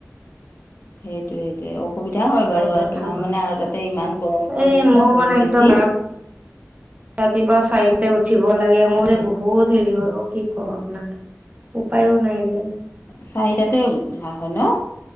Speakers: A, on the left; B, on the right.
A: সেইটোয়ে-সেইটোয়ে অসুবিধা হয়
B: এনেকে
A: বাৰু,
B: বনাই
A: আৰু
B: খাম
A: তোমাৰ মানে আৰু তাতে ইমান গৰম পৰিছে
B: এই মোৰ
A: ন বহুত
B: মানে একদম
A: বেছি।
B: ৰাতিপুৱা চাৰিটা তাতে উঠিব লাগে। মোৰ
A: সেই
B: যে বহুত হেৰি হয় অ, কি কওঁ আপোনাক, উপায়ো নাই যে
A: চাৰিটাতে উঠা হয় ন